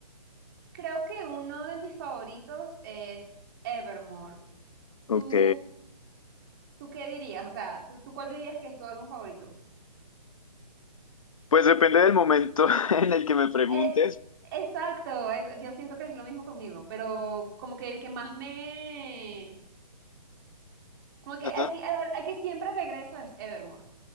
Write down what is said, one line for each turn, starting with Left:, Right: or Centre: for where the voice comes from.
Right: creo que uno de mis favoritos es Evermore.
Left: Ok,
Right: ¿Tú ¿Tú qué dirías? O sea, ¿tú, tú cuál dirías que es tu álbum favorito?
Left: pues depende del momento <laughs> en el que me preguntes.
Right: Eh, exacto, es- yo siento que es lo mismo conmigo, pero como que el que más me... Como que
Left: Ajá.
Right: al que, al, al que siempre regreso es Evermore.